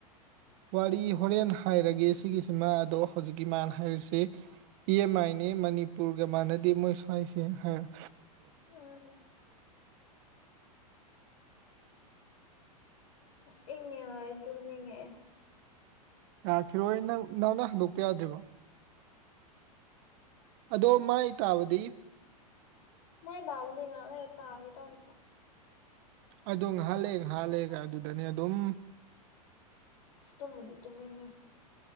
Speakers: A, on the right; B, on the left.
A: ꯋꯥꯔꯤ ꯍꯣꯔꯦꯟ ꯍꯥꯏꯔꯒꯦ ꯁꯤꯒꯤꯁꯤꯃ ꯑꯗꯣ ꯍꯧꯖꯤꯛꯀꯤ ꯃꯥꯅ ꯍꯥꯏꯔꯤꯁꯤ ꯏ ꯑꯦꯝ ꯑꯥꯏꯅꯦ ꯃꯅꯤꯄꯨꯔꯒ ꯃꯥꯟꯅꯗꯦ ꯃꯣꯏ ꯁ꯭ꯋꯥꯏꯁꯦꯅ ꯍꯥꯏꯔ
B: ꯎꯝ ꯑꯁ ꯏꯪꯉꯉ ꯑꯩ ꯑꯗꯨꯝ ꯌꯦꯡꯉꯛꯑꯦ
A: ꯌꯥꯈꯤꯔꯣꯏ ꯅꯪ ꯅꯍꯪꯅ ꯍꯟꯗꯣꯛꯄ ꯌꯥꯗ꯭ꯔꯤꯕ ꯑꯗꯣ ꯃꯥ ꯏ ꯇꯥꯕꯗꯤ
B: ꯃꯣꯏꯗꯥꯕꯨꯗꯤ ꯉ ꯂꯩ ꯇꯒꯦ ꯇꯗ
A: ꯑꯗꯣ ꯉꯥꯏꯍꯜꯂꯦ ꯉꯍꯥꯜꯂꯦꯒ
B: ꯃꯑꯣꯡ
A: ꯑꯗꯨꯗꯅꯦ ꯑꯗꯨꯝ
B: ꯇꯨꯝꯕꯗꯤ ꯇꯨꯝꯅꯤꯡꯉꯦ